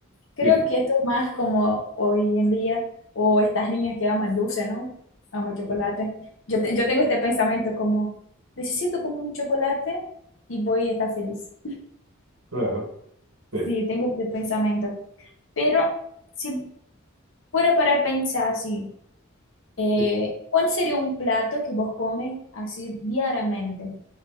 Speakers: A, on the left (about 65°); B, on the right (about 80°).
A: Creo
B: sí,
A: que esto es más como hoy en día, o estas niñas que aman dulce, ¿no? Aman chocolate.
B: sí,
A: Yo, te- yo tengo este pensamiento como, necesito como un chocolate y voy a estar feliz.
B: claro, sí,
A: Sí, tengo este pensamiento. Pero si fuera para pensar así, eh,
B: sí,
A: ¿cuál sería un plato que vos comes así diariamente